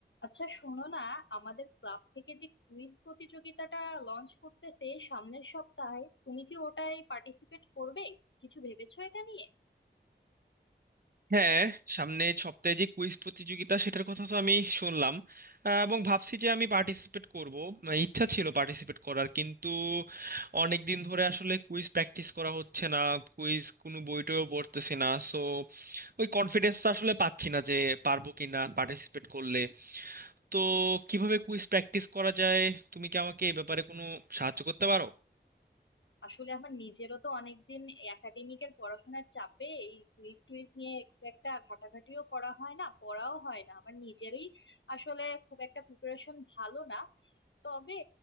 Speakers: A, on the left; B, on the right.
A: আচ্ছা শোনো না আমাদের ক্লাব থেকে যে কুইজ প্রতিযোগিতাটা লঞ্চ করতেছে সামনের সপ্তাহে তুমি কি ওটায় পার্টিসিপেট করবে কিছু ভেবেছো এটা নিয়ে
B: হ্যাঁ সামনে সপ্তাহে যে কুইজ প্রতিযোগিতা সেটার কথা তো আমি শুনলাম আহ, এবং ভাবছি যে আমি পার্টিসিপেট করব মানে ইচ্ছা ছিল পার্টিসিপেট করার কিন্তু অনেক দিন ধরে আসলে কুইজ প্র্যাকটিস করা হচ্ছে না কুইজ কোনো বইটেও পড়তেছি না সো ওই কনফিডেন্সটা আসলে পাচ্ছি না যে পারবো কি না পার্টিসিপেট করলে তো কিভাবে কুইজ প্র্যাকটিস করা যায় তুমি কি আমাকে এই ব্যাপারে কোনো সাহায্য করতে পারো
A: আসলে আমার নিজেরও তো অনেকদিন একাডেমিকের পড়াশোনার চাপে এই কুইজ টুইজ নিয়ে খুব একটা ঘাটাঘাটিও করা হয় না পড়াও হয় না আমার নিজেরই আসলে খুব একটা প্রিপারেশন ভালো না তবে